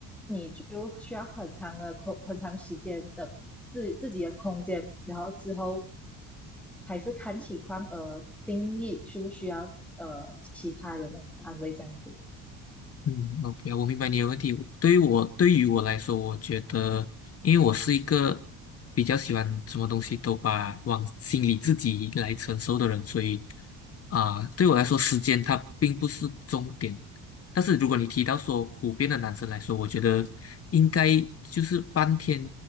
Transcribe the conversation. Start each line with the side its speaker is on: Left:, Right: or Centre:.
Centre: 就需要很长的空，很长时间的自自己的空间，然后之后还是看情况而定义需不需要呃其他人的安慰这样子。
Left: 嗯，OK，我明白你的问题。对于我，对于我来说，我觉得，因为我是一个比较喜欢什么东西都把往心里自己来承受的人，所以啊、对我来说，时间它并不是终点。但是如果你提到说普遍的男生来说，我觉得应该就是半天